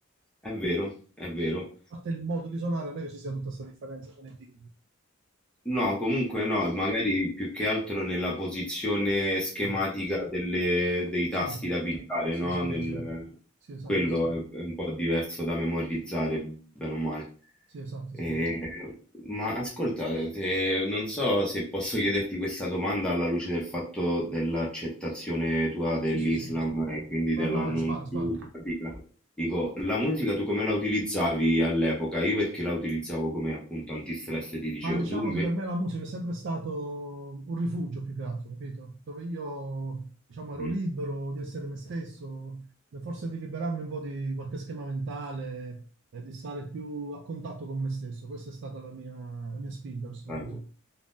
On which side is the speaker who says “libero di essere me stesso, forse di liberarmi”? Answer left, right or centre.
Right